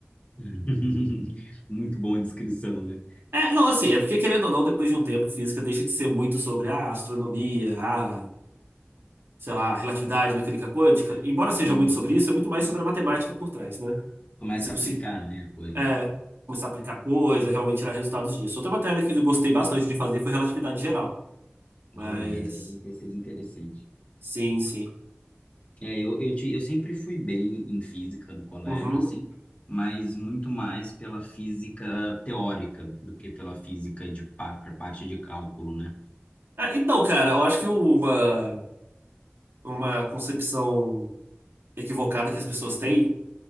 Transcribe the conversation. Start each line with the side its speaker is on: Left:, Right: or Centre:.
Left: Hum. <laughs> Muito bom a descrição, né?
Right: É, não, assim, é porque querendo ou não, depois de um tempo, física deixa de ser muito sobre a astronomia, a, sei lá, relatividade, mecânica quântica. Embora seja
Left: Hum.
Right: muito sobre isso, é muito mais sobre a matemática por trás, né?
Left: Começa
Right: Você conseguir
Left: a aplicar, né, a coisa.
Right: é, começar a aplicar coisa, realmente tirar resultados disso. Outra matéria que eu gostei bastante de fazer foi relatividade geral, mas
Left: Olha, isso é bem isso é interessante.
Right: sim, sim.
Left: É, eu, eu, ti- eu sempre fui bem em física no colégio,
Right: Uhum.
Left: assim, mas muito mais pela física teórica do que pela física de pa- pra parte de cálculo, né?
Right: É, então, cara, eu acho que uma, uma concepção equivocada que as pessoas têm